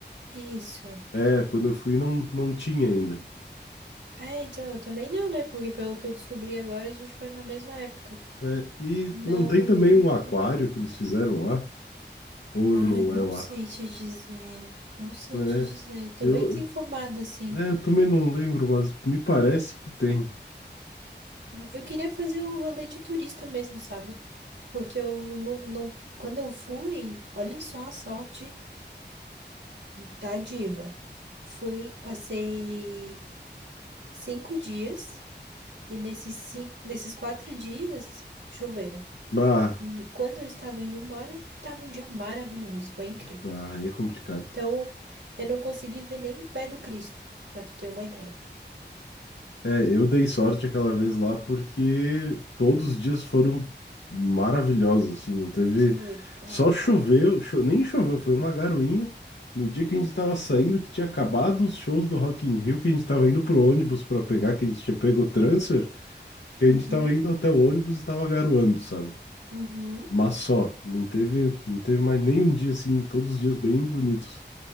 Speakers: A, on the right (about 80°); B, on the left (about 80°).
A: Isso.
B: É, quando eu fui não, não tinha ainda.
A: É, então, eu também não, né? Porque pelo que eu descobri agora, a gente foi na mesma época.
B: É, e
A: Não.
B: não tem também um aquário que eles fizeram lá? Ou
A: Ai,
B: não
A: não
B: é lá?
A: sei te dizer. Não sei
B: É,
A: te dizer. Tô
B: eu,
A: bem desinformada,
B: eu-
A: assim.
B: é, eu também não lembro, mas me parece que tem.
A: Eu queria fazer o rolê de turista mesmo, sabe? Porque eu não, não... Quando eu fui, olha só a sorte da diva. Fui, passei. cinco dias e nesses, ci- nesses quatro dias choveram.
B: Bah,
A: Quando eu estava indo embora, estava um dia maravilhoso, foi incrível.
B: bah, aí é complicado.
A: Então, eu não consegui ver nem o pé do Cristo, para tu ter uma ideia.
B: É, eu dei sorte aquela vez lá porque todos os dias foram maravilhosos, assim, não teve.
A: Que legal.
B: Só choveu, cho- nem choveu, foi uma garoinha. No dia que a gente tava saindo, que tinha acabado os shows do Rock in Rio, que a gente tava indo pro ônibus pra pegar, que a gente tinha pego o transfer, que a
A: Uhum,
B: gente tava indo até o ônibus e tava garoando, sabe?
A: uhum,
B: Mas só, não teve, não teve mais nenhum dia assim, todos os dias bem bonitos.